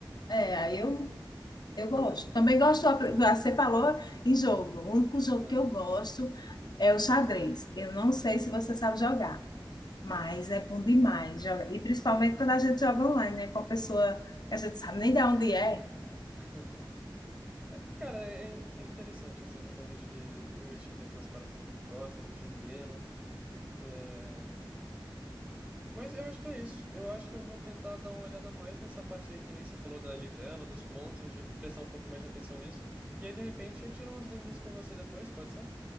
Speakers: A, on the left; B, on the right.
A: É, aí eu eu gosto. Também gosto, você falou em jogo. O único jogo
B: Aham.
A: que eu gosto é o xadrez. Eu não sei se você sabe jogar, mas é bom demais. joga- E principalmente quando a gente joga online, né? Com a pessoa que a gente sabe nem de onde é.
B: <laughs> É, Cara, é, é interessante, assim, a gente investir o tempo nas paradas que a gente não gosta, investir dinheiro. É, Mas eu acho que é isso. Eu acho que eu vou tentar dar uma olhada mais nessa parte aí que nem você falou da livela, dos pontos, de prestar um pouco mais de atenção nisso. E aí, de repente, eu tiro umas dúvidas com você depois, pode ser?